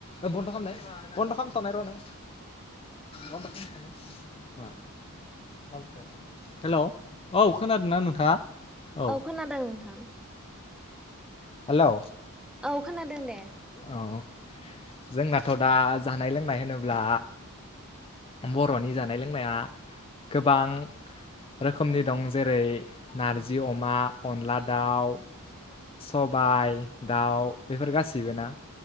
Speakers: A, on the left (about 25°); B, in the centre.
A: ओ बन्द'खामनाय बन्द'खामथ'नाय र'नाय हेलौ र' होमबा दोनथ'लाइ मा हेलौ औ खोनादोंना नोंथाङा औ
B: खोनादों नोंथां
A: हेलौ
B: औ खोनादों दे
A: अह जोंनाथ' दा जानाय लोंनाय होनोब्ला बर'नि जानाय लोंनाया गोबां रोखोमनि दं जेरै नारजि अमा अनला दाउ सबाय दाउ बेफोर गासैबो ना